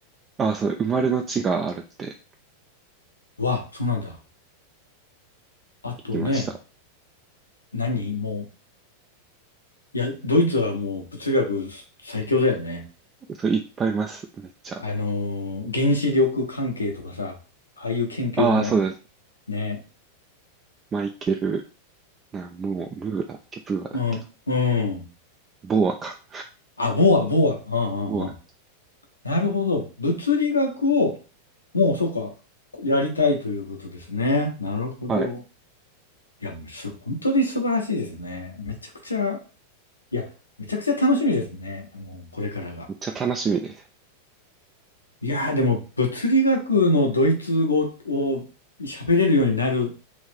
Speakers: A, on the right; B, on the left.
A: ああ、そう、生まれの地があるって
B: うわ、そうなんだ。あとね、
A: 聞きました。
B: 何もう、いや、ドイツはもう物理学最強だよね。
A: そういっぱいいます。めっちゃ。
B: あのー原子力関係とかさ、ああいう研究も、
A: ああ、そうです。
B: ね、
A: マイケル、な、もう、ムーアだっけ、ブーアだっけな。
B: うん、うん。
A: ボーアか。
B: あ、ボア、ボア、うん、
A: ボー
B: うん、うん。なるほど。物理学をもう、そうか。やりたいということですね。なるほど。
A: ア。はい。
B: いや、す、本当に素晴らしいですね。めちゃくちゃ、いや、めちゃくちゃ楽しみですね。もう、これからが。
A: めっちゃ楽しみです。
B: いやー、でも、物理学のドイツ語を喋れるようになる